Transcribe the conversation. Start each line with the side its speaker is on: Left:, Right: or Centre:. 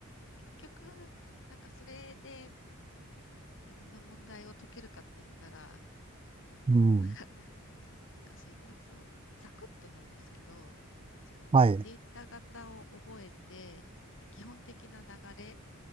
Left: 結局、なんかそれで、いろんな問題を解けるかって言ったら、
Right: うん、
Left: あの、なんか、<laughs> そう、難しい。でも、そう、ざくっとなんですけど、その、
Right: はい、
Left: データ型を覚えて、で基本的な流れ